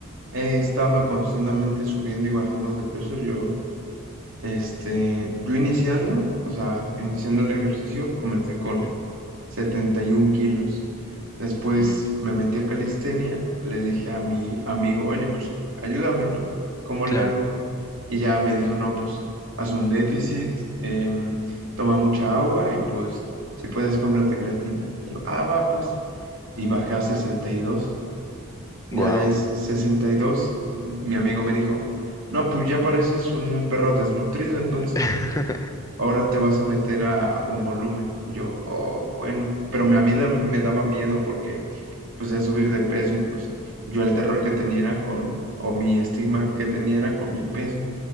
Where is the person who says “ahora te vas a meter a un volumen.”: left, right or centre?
Right